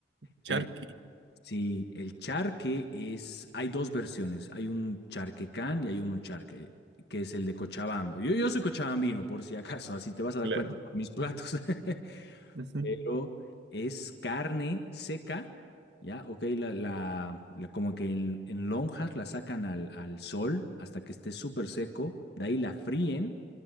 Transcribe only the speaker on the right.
Charqui,
claro.
Ujú,